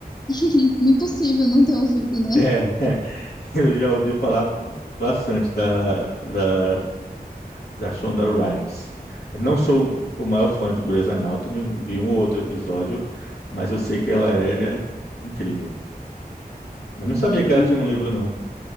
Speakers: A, on the left; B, on the left.
A: <laughs> Impossível não ter ouvido, né?
B: É, <laughs> é. eu já ouvi falar bastante da, da da Shonda Rhimes. Eu Não sou o maior fã de Grey's Anatomy, vi um ou outro episódio, mas eu sei que ela é incrível. Mas
A: É,
B: não sabia
A: eu,
B: que
A: com-
B: ela tinha um livro, não.